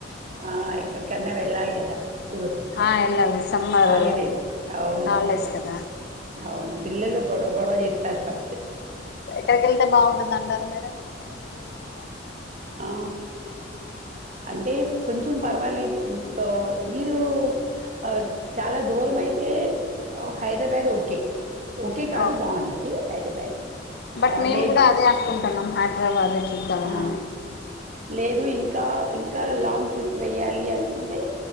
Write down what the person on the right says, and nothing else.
ఆ ఎక్కడికన్నా వెళ్ళాలి గదా టూర్క
హాలిడేస్ అవును
అవును పిల్లలు గొడ గొడవ జేస్తారు ఫస్ట్
ఆ అంటే కొంచం పర్వాలేదు అ మీరూ ఆ చాలా దూరమయితే హైదరాబాడ్ ఓకే ఓకే కాదు
బావుంటది హైదరాబాద్.
ఆహ్,
లేదు
ఆ! లేదు ఇంకా ఇంకా లాంగ్ ట్రిప్ వేయాలి అనుకుంటే